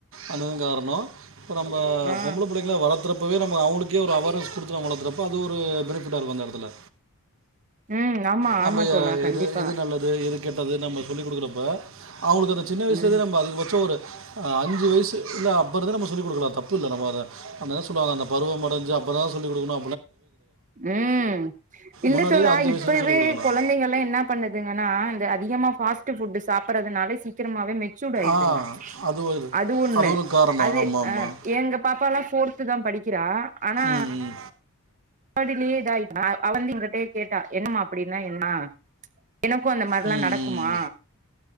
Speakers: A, on the right (about 65°); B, on the right (about 35°).
A: அங்க இருந்து வரனும் இப்ப நம்ப
B: ஆ
A: பொம்பள புள்ளங்கள வளத்துறப்பவே நம்ப அவங்களுக்கே ஒரு அவேர்னஸ் கொடுத்து நம் வளர்த்துறப்ப அது ஒரு பெனிஃபிட்டாக இருக்கும் அந்த இடத்துல
B: ம் ஆமா
A: நம
B: ஆமா தோழா கண்டிப்பா
A: எது எது நல்லது எது கேட்டது நம்ம சொல்லி் குடுக்குறப்ப அவங்களுக்கு அந்த சின்ன வயசுலருந்து
B: ம்
A: நம்பஅதிகபட்சம் ஒரு அஞ்சு வயசு இல்ல அப்பறம் தான் நம்ப சொல்லி குடுக்கனும் தப்புல்ல நம்ம என்ன சொல்லுவாங்க பருவடைஞ்சு அப்றம் தான் சொல்லி குடுக்கனும்
B: உம் இல்ல
A: முன்னாடியே
B: தோழா
A: அஞ்சு
B: இப்பவே
A: வயசுலேருந்து சொல்லிக் கொடுக்கலாம்
B: கொழந்தங்கலாம் என்ன பண்ணுதுங்கனா அந்த அதிகமா ஃபாஸ்டு ஃபுட் சாப்புறதுனாலே சீக்கிரமாவே மெச்சூடூ ஆயிருதுங்க
A: ஆ அது ஒரு
B: அது ஒண்ணு
A: ஒரு காரணம்
B: அது
A: ஆமாம் ஆமாம்
B: அஹ் எங்க பாப்பாலாம் ஃபோர்த்து தான் படிக்கிறா ஆனா
A: ம் ம்
B: பதிலையே இத ஆயிட்ட அவ வந்து எங்கள்டே கேட்ட என்னம்மா அப்டினா என்ன எனக்கும் அந்த மாதிரிலாம்
A: ம்
B: நடக்குமா
A: ம்